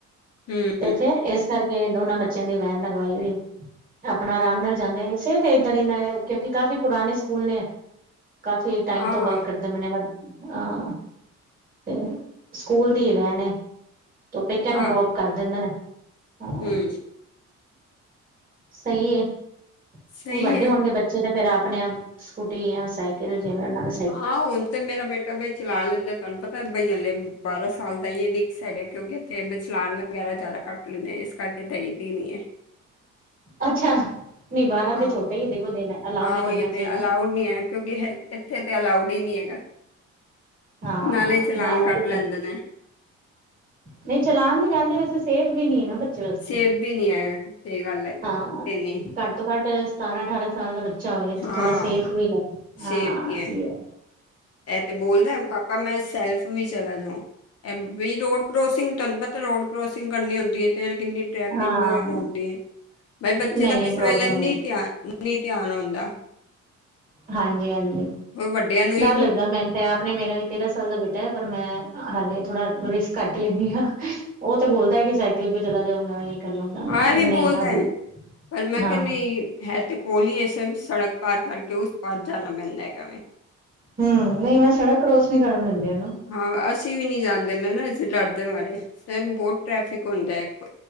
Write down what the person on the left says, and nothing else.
ਹੂੰ
ਹਾਂ
ਹਾਂ
ਹੂੰ
ਸਹੀ
ਹੈ
ਹਾਂ, ਹੁਨ ਤੇ ਮੇਰਾ ਬੇਟਾ ਬਈ ਚਲਾ ਲੈਂਦਾ। ਤਾਨੂੰ ਪਤਾ ਬਈ ਅਲੇ ਬਾਰਾਂ ਸਾਲ ਦਾ ਈ ਏ <unintelligible> ਹੈਗਾ ਕਿਉਂਕਿ ਇੱਥੇ ਬਚਲਾਨ ਵਗੈਰਾ ਜਾਦਾ ਕਟ ਲੈਂਦੇ, ਇਸ ਕਰਕੇ ਦ‌ਈ ਦੀ ਨ‌ਈ ਏ।
ਹਾਂ
ਹਾਂ
ਉਹੀ
ਤੇ ਅਲਾਊਡ ਕਿਉਂਕਿ ਇੱਥੇ ਤੇ ਅਲਾਊਡ ਹੀ ਨਹੀਂ ਹੈਗਾ
ਨਾਲੇ ਚਲਾਨ
ਕੱਟ
ਲੈਂਦੇ ਨੇ
ਸੇਫ ਵੀ ਨੀ ਹੈ ਇਹ ਗੱਲ
ਦੇਣੀ
ਹਾਂ
ਸੇਬ ਵੀ ਹੈ ਇਹ ਤੇ ਬੋਲਦਾ ਪਾਪਾ ਮੈਂ ਸੈਲਫ ਵੀ ਚਲਾ ਜਾਓ ਐ ਵੀ ਰੋਡ ਕਰੋਸਿੰਗ ਤੁਹਾਨੂੰ ਪਤਾ ਰੋਡ ਕਰੋਸਿੰਗ ਕਰਨੀ ਹੁੰਦੀ ਹੈ ਅਤੇ ਕਿੰਨੀ ਟ੍ਰੈਫਿਕ
ਵਗੈਰਾ ਹੁੰਦੀ ਹੈ ਬਾਈ ਬੱਚੇ
ਦਾ
ਕਿਸੇ
ਵੇਲੇ
ਨ ਧਿਆ ਨਹੀਂ ਧਿਆਨ ਆਉਂਦਾ
ਉਹ ਵੱਡਿਆਂ ਨੂੰ ਹੀ
ਹਾਂ ਇਹ ਵੀ
ਬੋਲਦਾ
ਹੈ ਪਰ ਮੈਂ
ਕਿਹਾ ਨਹੀਂ ਹੈ ਤੇ ਕੋਲ ਹੀ ਇਸੇ ਸੜਕ ਪਾਰ ਕਰਕੇ ਉਸ ਪਾਰ ਜਾਣਾ ਮਿਲਦਾ ਹੈਗਾਵੇ
ਹਾਂ ਅਸੀਂ ਵੀ ਨਹੀਂ ਜਾਂਦੇ ਦੇ ਨਾ ਇਸੇ ਡਰ ਦੇ ਮਾਰੇ ਫ ਬਹੁਤ ਟ੍ਰੈਫਿਕ ਹੁੰਦਾ ਇੱਕ